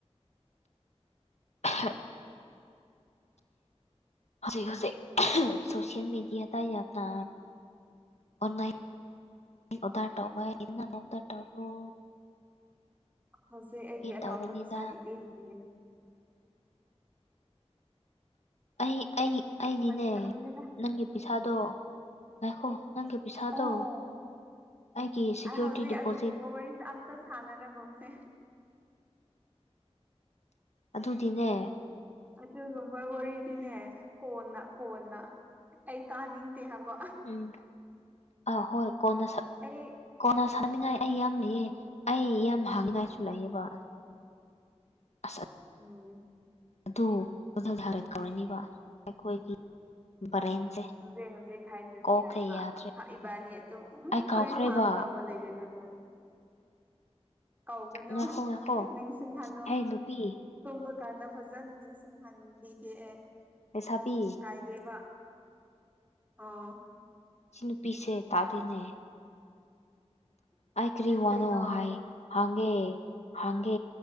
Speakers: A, on the left; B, on the right.
A: ꯍ ꯍꯧꯖꯤꯛ ꯍꯧꯖꯤꯛ ꯁꯣꯁꯤꯜ ꯃꯦꯗꯤꯌꯥꯗ ꯌꯥꯝꯅ ꯑꯣ ꯑꯣꯗꯇꯕ ꯏ ꯅꯪ ꯑꯣꯗꯇꯧꯔ
B: ꯍꯧꯖꯤꯛ ꯑꯩꯒꯤ ꯑꯦꯀꯥꯎꯟꯗ
A: ꯇꯧꯕꯅꯤꯗ
B: ꯄꯩꯁꯥ ꯂꯩꯇꯦ ꯑꯗꯨꯒꯤꯅꯦ
A: ꯑꯩ ꯑꯩ ꯑꯩꯅꯤꯅꯦ
B: ꯐꯥꯒꯤ ꯇꯧꯕꯅꯤꯗ
A: ꯅꯪꯒꯤ ꯄꯩꯁꯥꯗꯣ ꯉꯥꯏꯈꯣ ꯅꯪꯒꯤ ꯄꯩꯁꯥꯗꯣ
B: ꯑꯣ
A: ꯑꯩꯒꯤ ꯁꯦꯀ꯭ꯌꯨꯔꯤꯇꯤ
B: ꯑꯩ ꯍꯧꯖꯩ
A: ꯗꯤꯄꯣꯖꯤꯠ
B: ꯑꯗꯨꯒꯨꯝꯕ ꯋꯥꯔꯤꯁꯦ ꯑꯇ ꯊꯂ ꯔꯒꯣꯁꯦ
A: ꯑꯗꯨꯗꯤꯅꯦ
B: ꯑꯗꯨꯒꯨꯝꯕ ꯋꯥꯔꯤꯗꯤꯅꯦ ꯀꯣꯟꯅ ꯀꯣꯟꯅ ꯑꯩ ꯇꯥꯅꯤꯡꯗꯦ ꯍꯥꯏꯕ
A: ꯎꯝ ꯑꯥ ꯍꯣꯏ ꯀꯣꯟꯅ ꯁꯛꯂ
B: ꯑꯩ
A: ꯀꯣꯟꯅ ꯁꯥꯟꯅꯅꯤꯡꯉꯥꯏ ꯑꯩ ꯌꯥꯝ ꯂꯩꯌꯦ ꯑꯩ ꯌꯥꯝ ꯍꯥꯡꯉꯥꯏꯁꯨ ꯂꯩꯌꯦꯕ ꯑꯁ
B: ꯎꯝ
A: ꯑꯗꯨ ꯑꯣꯙꯜ ꯊꯥꯔꯠ ꯀꯧꯔꯅꯤꯕ ꯑꯩꯈꯣꯏꯒꯤ ꯕꯔꯦꯟꯁꯦ
B: ꯍꯧꯖꯤꯛ ꯍꯧꯖꯤꯛ ꯈꯥꯏꯗ꯭ꯔꯤꯁꯤ
A: ꯀꯣꯛꯁꯦ
B: ꯌꯥꯃ
A: ꯌꯥꯗ꯭ꯔꯦ
B: ꯏꯕꯥꯅꯤ ꯑꯗꯨꯝ
A: ꯑꯩ ꯀꯥꯎꯈ꯭ꯔꯦꯕ
B: ꯋꯥꯔꯤ ꯁꯥꯒꯗꯧꯕ ꯂꯩꯔꯦ ꯑꯗꯨꯕꯨ ꯀꯧꯕꯅꯨ
A: ꯉꯥꯏꯈꯣ ꯉꯥꯏꯈꯣ
B: ꯅꯤꯡꯁꯤꯡꯍꯜꯂꯣ
A: ꯍꯦ ꯅꯨꯄꯤ
B: ꯇꯨꯝꯕ ꯀꯥꯟꯗ ꯐꯖꯅ ꯅꯤꯡꯁꯤꯡꯍꯟꯕꯤꯒꯦ ꯑꯦ
A: ꯑꯦꯁꯥꯕꯤꯤ
B: ꯀꯥꯏꯗꯦꯕ ꯑꯣ
A: ꯆꯅꯨ ꯄꯤꯁꯦ ꯇꯥꯗꯤꯅꯦ ꯑꯥꯏ ꯀꯔꯤ
B: ꯀꯩꯅꯣ
A: ꯋꯥꯅꯣ ꯍꯥꯏ ꯍꯥꯡꯒꯦ ꯍꯥꯡꯒꯦ